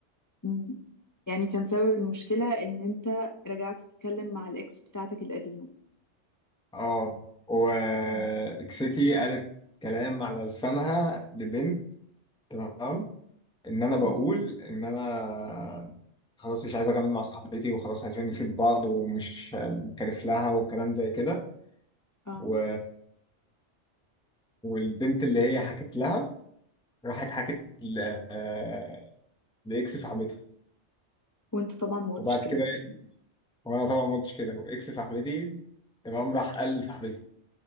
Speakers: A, on the left; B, in the centre.
A: مم. يعني كان سبب المشكلة ان انت رجعت تتكلم مع الاكس بتاعتك القديمة
B: اه وإكستي
A: مم.
B: قالت كلام على لسانها لبنت تمام إن أنا بقول
A: مم.
B: إن أنا خلاص مش عايز أكمل مع صاحبتي وخلاص عايزين نسيب بعض ومش كارف لها وكلام زي كده
A: اه
B: و... والبنت اللي هي حكت لها راحت حكت ل- آه، لاكس صاحبتي
A: وانت طبعا ما قلتش
B: وبعد
A: كده
B: كده وانا طبعا ما قلتش كده واكس صاحبتي تمام راح قال لصاحبتي